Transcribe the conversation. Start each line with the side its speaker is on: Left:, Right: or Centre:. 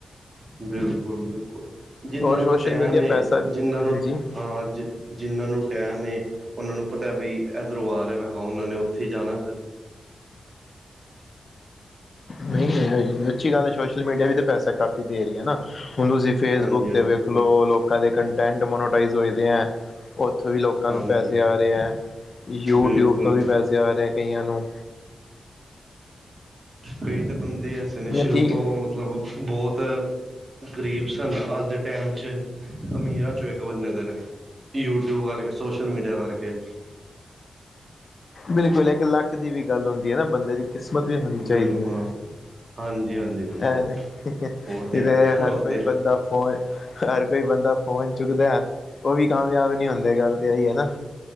Right: ਬਿਲਕੁਲ-ਬਿਲਕੁਲ, ਜਿੰਨਾਂ
Left: ਔਰ ਸੋਸ਼ਲ
Right: ਨੂੰ ਟੈਮ
Left: ਮੀਡੀਆ
Right: ਏ
Left: ਪੈਸਾ
Right: ਜਿੰਨਾਂ ਨੂੰ
Left: ਹਾਂਜੀ
Right: ਹਾਂ ਜਿ ਜਿਹਨਾਂ ਨੂੰ ਟੈਮ ਏ ਉਹਨਾਂ ਨੂੰ ਪਤਾ ਬਈ ਐਦਰੋ ਆ ਰਿਹਾ ਵੈ, ਹਾਂ ਉਹਨਾਂ ਨੇ ਉੱਥੇ ਹੀ ਜਾਣਾ ਫਿਰ।
Left: ਨਹੀਂ ਇਹ ਅੱਛੀ ਗੱਲ ਹੈ ਸੋਸ਼ਲ ਮੀਡੀਆ ਵੀ ਤਾਂ ਪੈਸਾ ਕਾਫ਼ੀ ਦੇ ਰਹੀ ਹੈ ਨਾ ਹੁਣ ਤੁਸੀਂ ਫੇਸਬੁੱਕ
Right: ਹਾਂਜੀ ਹਾਂਜੀ
Left: ਤੇ ਵੇਖ
Right: ਕੋਈ
Left: ਲੋ ਲੋਕਾਂ ਦੇ ਕੰਟੈਂਟ ਮੋਨੋਟਾਈਜ਼ ਹੋਏਦੇ ਹੈ। ਔ ਉੱਥੋਂ ਵੀ ਲੋਕਾਂ
Right: ਹਾਂਜੀ
Left: ਨੂੰ ਪੈਸੇ
Right: ਹਾਂਜੀ
Left: ਆ ਰਹੇ ਹੈ, ਯੂਟਿਊਬ
Right: ਬਿਲਕੁਲ
Left: ਤੋਂ ਵੀ
Right: ਬਿਲਕੁਲ
Left: ਪੈਸੇ ਆ ਰਹੇ ਹੈ ਕਈਆਂ ਨੂੰ।
Right: ਕਈ ਤਾਂ ਬੰਦੇ ਐਸੇ ਨੇ ਸ਼ੁਰੂ
Left: ਠੀਕ
Right: ਤੋਂ ਮਤਲਬ ਬੋਤ ਗਰੀਬ ਸਨ ਅੱਜ ਦੇ ਟੈਮ 'ਚ। ਅਮੀਰਾ ਚੋਂ ਇੱਕ ਬੰਨੇ ਦੇ ਨੇ, ਯੂਟਿਊਬ ਕਰਕੇ ਸੋਸ਼ਲ ਮੀਡੀਆ ਕਰਕੇ।
Left: ਬਿਲਕੁਲ, ਇੱਕ ਲੱਕ ਦੀ ਵੀ ਗੱਲ ਹੁੰਦੀ ਹੈ ਨਾ ਬੰਦੇ ਦੀ ਕਿਸਮਤ ਵੀ ਹੋਣੀ
Right: ਬਿਲਕੁਲ
Left: ਚਾਹੀਦੀ ਹੈ।
Right: ਹਾਂਜੀ ਹਾਂਜੀ ਬਿਲਕੁਲ
Left: ਐਵੇਂ, ਇਹਦੇ
Right: ਉਹ ਤੇ ਹੈ
Left: ਹਰ
Right: ਉਹ
Left: ਕੋਈ
Right: ਤੇ ਹੈ
Left: ਬੰਦਾ ਫੋਨ ਹਰ ਕੋਈ ਬੰਦਾ ਫੋਨ ਚੁੱਕਦਾ ਉਹ ਵੀ ਕਾਮਯਾਬ ਨਹੀਂ ਹੁੰਦੇ ਗੱਲ ਤਾਂ ਇਹੀ ਹੈ ਨਾ